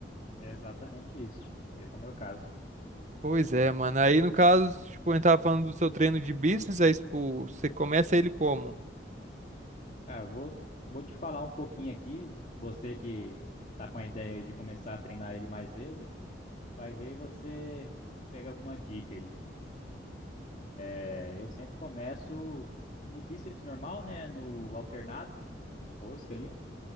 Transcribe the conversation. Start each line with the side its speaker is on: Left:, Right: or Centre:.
Left: É exatamente isso. Esse é meu caso.
Right: Pois é, mano. Aí, no caso, tipo, a gente tava falando do seu treino de bíceps, aí, tipo, você começa ele como?
Left: Cara, eu vou, vou te falar um pouquinho aqui. Você que tá com a ideia aí de começar a treinar ele mais vezes, vai ver você pega alguma dica aí. É, eu sempre começo no bíceps normal, né? No alternado, no rosca ali.